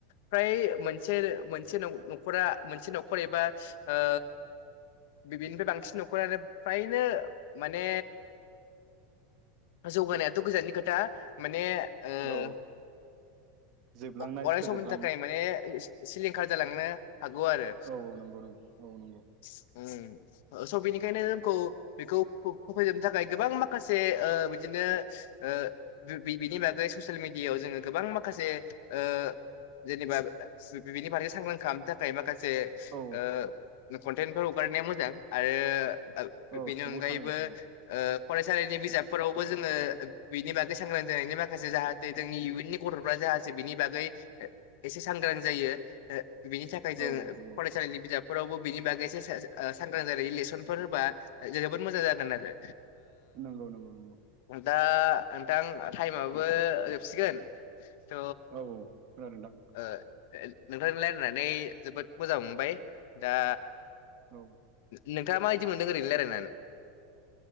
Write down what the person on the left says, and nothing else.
फ्राय मोनसे मोनसे न-न'खरा मोनसे न'खर एबा ओ बि-बिनिफ्राय बांसिन न'खरानो फ्रायनो माने जौगानायाथ' गोजाननि खोथा माने ओ
अ- अराय
समनि थाखाय माने सि-सिलिंखार जालांनो हागौ आरो
स' उम स' बेनिखायनो जोंखौ बेखौ फो-फोजोबनो थाखाय गोबां माखासे ओ बिदि नो ओ बि-बिनि बागै ससियेल मिडियाायाव जोङो गोबां माखासे ओ जेनेबा बि-बिनि फारसे सांग्रां खालामनो थाखाय माखासे
ओ कनटेन्टफोर हगारनाया मोजां आरो
बेनि
अनगायैबो
ओ फरायसालिनि बिजाबफोरावबो जोङो बिनि बागै सांग्रां जानायनि माखासे जाहाथे जोंनि इयुननि गथ'फ्रा जा खासे बिनि बागै एसे सांग्रां जायो ओ बिनि थाखाय जों
फरायसालिनि बिजाब फोरावबो बिनि बागैसो सा-सा-ओ-सांग्रां जानायनि लेसनफोर होबा जोबोद मोजां जागोन आरो
ओ दा नोंथां टाइमाबो जोबसिगोन थ'
ओ नोंथांनि लायरायनानै जोबोद मोजां मोनबाय दा
नोंथाङा माबायदि मोनदों ओरैनो रायलायनानै?